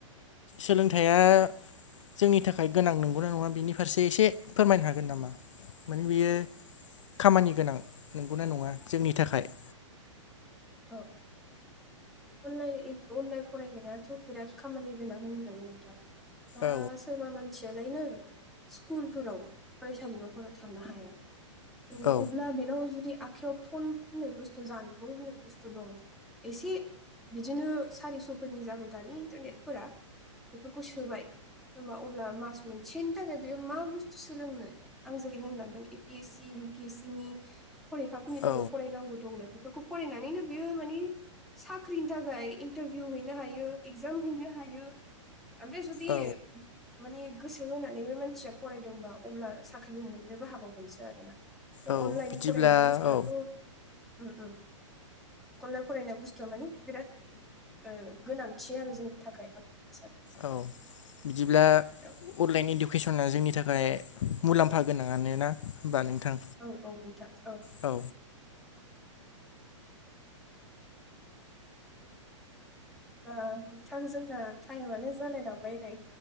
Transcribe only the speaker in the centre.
औ अनलाइन अनलाइन फरायनायाथ' बिराद खामानि गोनां होनजायो नोंथां दा
सोरबा मानसियालायनो स्कुलफोराव फरायसालिमाफोराव थांनो हाया थ'
अब्ला बेनाव जुदि आखायाव फन होन्नाय बुस्थु जानबुं होननाय बुस थ' दं एसे बिदिनो सारिस'फोरनि जाबाय दानि इन्टारनेटफोरा। बेफोरखौ सोबाय होमबा अब्ला मास मोनसेनि थाखाय बेयो मा बुस्थु सोलोंनो आं जेरै होनलांदों A P S C U P S C नि फरिखाफोरनि
थाखाय फरायनांगौ दंनो बेफोरखौ फरायनानैनो फोर मानि साख्रिनि थाखाय इन्टारभिउ हैनो हायो इगजाम हैनो हायो। आमफ्राय जुदि
मानि गोसो होनानै बे मानसिया फरायदोंबा अब्ला साख्रि मोननोबो हा बावगोनसो आरोना थ'
अनलाइन
फरायनाय बुस्थुआथ'
ओम ओम। अनलाइन फरायनाय बुस्थुआ मानि बिराद गोनांथि आरो जोंनि थाखाय आं बेखौनो सानो।
औ
औ औ नोंथां औ।
होमबा नोंथां जोंना टाइमानो जालायलांबाय नै।